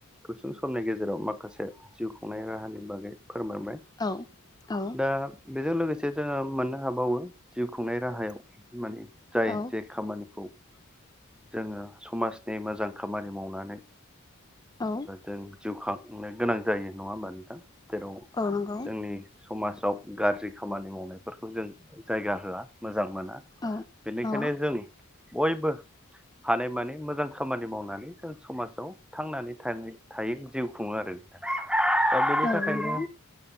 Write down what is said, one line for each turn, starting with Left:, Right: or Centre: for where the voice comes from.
Centre: गुसुं समनि गेजेराव माखासे जिउ खुंनाय राहानि बागै फोरमायबाय
Left: औ औ
Centre: दा बेजों लोगोसे जोङो मोननो हाबावो जिउ खुंनाय राहायाव माने जाय
Left: औ
Centre: जे खामानिखौ जोङो समाजनि मोजां खामानि मावनानै
Left: औ
Centre: जों जिउ खांनो गोनां जायो नङा होमब नोंथाम जेराव
Left: औ नंगौ
Centre: जोंनि समाजाव गाज्रि खामानि मावनायफोरखौ जों जायगा होआ मोजां मोना
Left: औ
Centre: बेनिखायनो
Left: औ
Centre: जों बयबो हानाय मानिे मोजां खामानि मावनानै जों समाजाव थांनानै थ थायो जिउ खुङो आरोा दा बेनि
Left: औ
Centre: थाखायनो
Left: नंगौ